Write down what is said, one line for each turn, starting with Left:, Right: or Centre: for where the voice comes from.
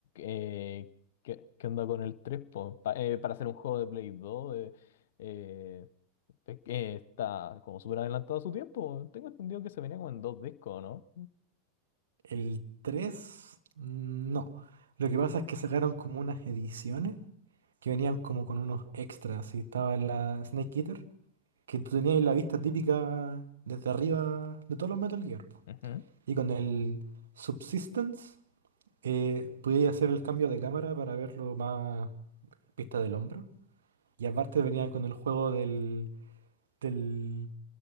Left: eh, ¿qué, qué onda con el 3? Pues, Pa- eh, para hacer un juego de Play 2 eh, eh, es que está como súper adelantado a su tiempo. Tengo entendido que se venía como en dos discos, ¿no?
Right: El 3 no. Lo que pasa es que sacaron como unas ediciones que venían como con unos extras. Y estaba la Snake Eater, que tú tenías la vista típica desde arriba de todos los Metal Gear. po.
Left: Ujú.
Right: Y con el Subsistence eh, podías hacer el cambio de cámara para verlo más vista del hombro. Y aparte venía con el juego del del,